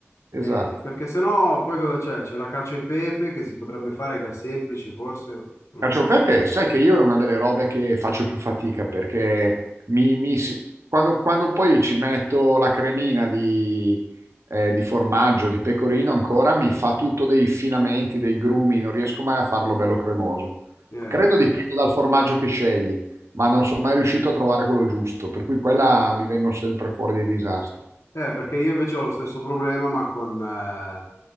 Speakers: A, on the right (about 80°); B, on the left (about 80°).
A: esatto.
B: Eh, perché sennò poi cosa c'è? C'è la cacio e pepe che si potrebbe fare, che è semplice forse, non
A: Cacio
B: lo so.
A: e Pepe, sai che io è una delle robe che faccio più fatica perché mi- mi si- quando, quando poi ci metto la cremina di, eh, di formaggio, di pecorino ancora, mi fa tutto dei filamenti, dei grumi, non riesco mai a farlo bello cremoso.
B: Eh,
A: Credo dipenda dal formaggio che scegli, ma non sono mai riuscito a trovare quello giusto, per cui quella mi vengono sempre fuori dei disastri.
B: Eh, perché io invece ho lo stesso problema, ma con, eh,